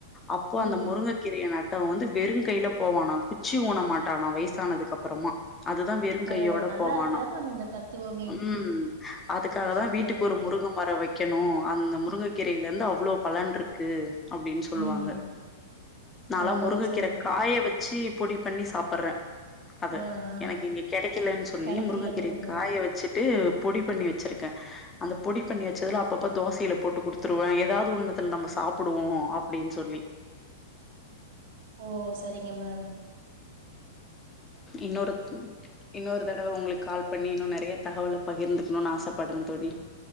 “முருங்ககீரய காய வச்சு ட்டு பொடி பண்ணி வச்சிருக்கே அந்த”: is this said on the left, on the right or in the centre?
Left